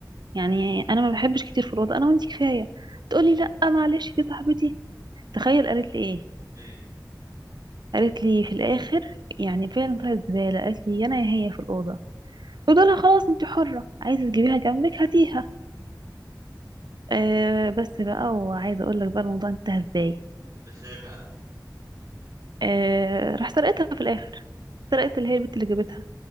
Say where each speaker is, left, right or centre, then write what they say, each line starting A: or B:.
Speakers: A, on the right; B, on the right.
A: يعني انا ما بحبش كتير في الأوضة انا وانتي كفاية تقولي لا معلش دي صاحبتي تخيل قالت لي ايه
B: ايه
A: قالت لي في الآخر يعني فعلا طلعت زبالة قالت لي يا انا يا هي في الأوضة قلت لها خلاص انتي حرة عايزة تجيبيها جنبك هاتيها آه بس بقى وعايزة اقول لك بقى الموضوع انتهى ازاي
B: ازاي بقى
A: آه راح سرقتها في الاخر سرقت اللي هي البت اللي جابتها